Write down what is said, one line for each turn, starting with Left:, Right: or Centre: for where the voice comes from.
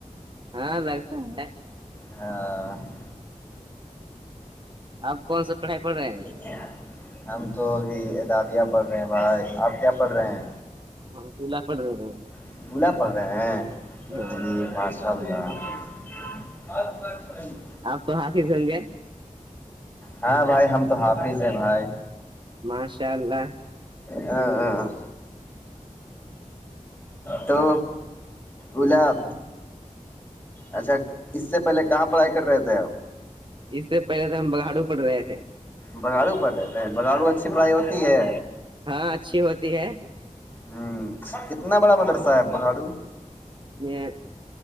Right: ہاں لگتا ہے
Left: ہ <unintelligible>
Right: آپ کون سا پڑھائی پڑھے ہیں
Left: ا <unintelligible> ہم تو ابھی ادابیہ پڑھ رہے ہیں بھائی آپ کیا پڑھ رہے ہیں
Right: ہاں للہ پ رہے
Left: بولا پڑھ رہے
Right: ہاں
Left: ہیں جیر اد <unintelligible>
Right: آپ تو حافظ ہوں گے
Left: ہاں بھائی ہم تو حافظ ہیں بھائی
Right: ماشاء اللہ
Left: ا ہ تو الاؤ اچھا اس سے پہلے کہاں پڑھائی کر رہے تھے آپ
Right: اس سے پہلے تو ہم بگاڑو پڑ رہے تھے
Left: بگاڑو پر رہتے ہے بگاڑو اچھی پڑھائی ہوتی ہے
Right: ہاں اچھی ہوتی ہے
Left: ہوں کتنا بڑا مدرسہ ہےب بکھاڑو
Right: یہ